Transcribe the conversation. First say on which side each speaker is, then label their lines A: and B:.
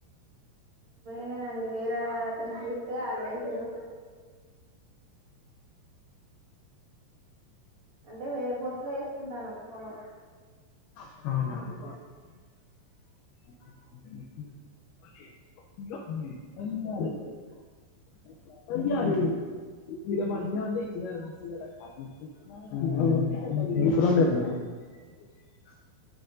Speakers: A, on the right; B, on the left.
A: లేదండి వేరే అతన్ని తీస్తే అళ్ళేసింరు అంటే వేరే పొత్తులో వేసుకుంటానం పొలం
B: అవునవును <inaudible> <inaudible> హ్మ్మ్ ఏం కూర ఒందిర్రు మరి